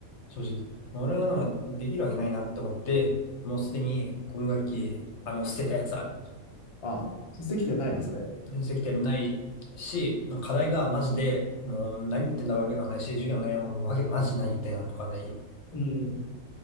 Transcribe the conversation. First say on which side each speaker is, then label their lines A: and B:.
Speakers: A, on the left (about 55°); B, on the left (about 40°).
A: 正直。俺はなんかできるわけないなって思って、もうすでに今学期、あの、捨てたやつある。
B: う。ああ、出席点ないな、それ。
A: 接点ないし、なんか課題がマジで、もう何言ってんだかわけがないし、授業の内容もわけ、マジ何言ってんのかわかんない。
B: うん。